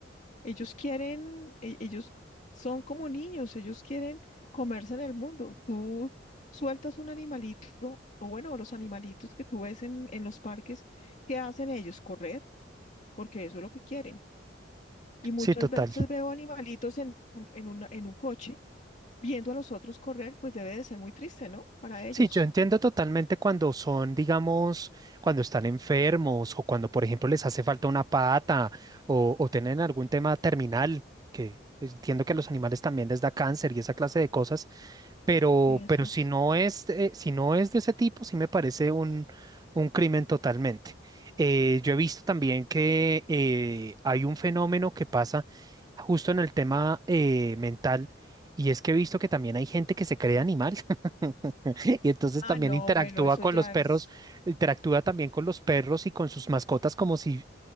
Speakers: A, on the left; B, on the right.
A: Ellos quieren, e- ellos son como niños, ellos quieren comerse en el mundo. Tú sueltas un animalito, o bueno, los animalitos que tú ves en, en los parques, ¿qué hacen ellos? Correr, porque eso es lo que quieren. Y muchas
B: Sí, total.
A: veces veo animalitos en, un- en, una- en un coche viendo a los otros correr, pues debe de ser muy triste, ¿no? Para ellos.
B: Sí, yo entiendo totalmente cuando son, digamos, cuando están enfermos o cuando, por ejemplo, les hace falta una pata o, o tienen algún tema terminal, que entiendo que a los animales también les da cáncer y esa clase de cosas, pero,
A: Sí, así
B: pero
A: es.
B: si no es, eh, si no es de ese tipo, sí me parece un, un crimen totalmente. Eh, yo he visto también que eh, hay un fenómeno que pasa justo en el tema eh, mental y es que he visto que también hay gente que se cree animal. <laughs> <laughs> Y entonces
A: Ah,
B: también
A: no,
B: interactúa
A: bueno, eso
B: con
A: ya
B: los perros,
A: es,
B: interactúa también con los perros y con sus mascotas como si,